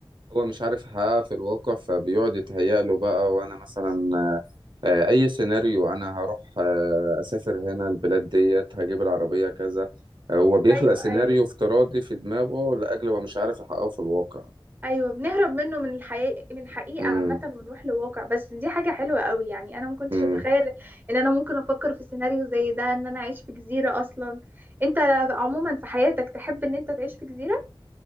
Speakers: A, on the right (about 60°); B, on the right (about 20°).
A: هو مش عارف يحققها في الواقع فبيقعد يتهيأ له بقى وانا مثلا آه، آه، اي سيناريو انا هروح آه، اسافر هنا البلاد ديت هجيب العربية كذا آه، هو بيخلق
B: ايوه
A: سيناريو
B: ايوه
A: افتراضي في دماغه لاجل هو مش عارف يحققه في الواقع
B: ايوه بنهرب منه من الحقيقة من الحقيقة
A: امم
B: عامة ونروح لواقع بس دي حاجة حلوة قوي يعني انا ما كنتش
A: امم
B: اتخيل ان انا ممكن افكر في سيناريو زي ده ان انا اعيش في جزيرة اصلا انت عموما في حياتك تحب ان انت تعيش في جزيرة